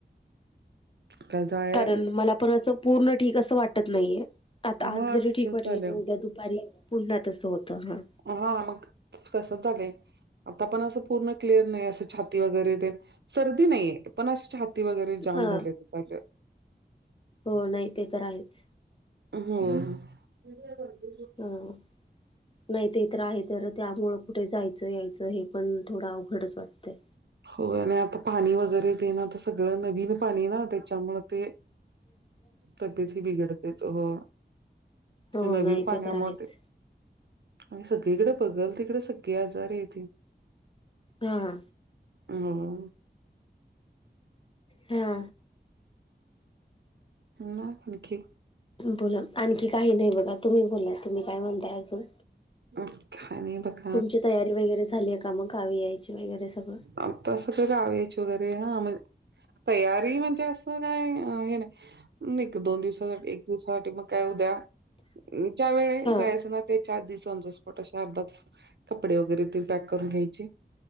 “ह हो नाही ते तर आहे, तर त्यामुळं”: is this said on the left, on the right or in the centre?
Left